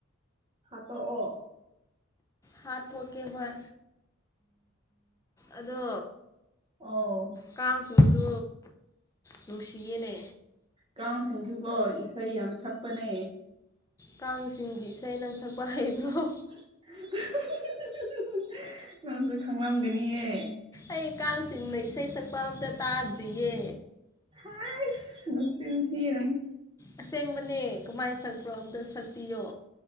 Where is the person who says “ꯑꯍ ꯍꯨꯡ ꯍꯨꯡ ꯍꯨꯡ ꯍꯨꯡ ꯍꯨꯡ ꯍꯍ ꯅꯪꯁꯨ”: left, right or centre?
Right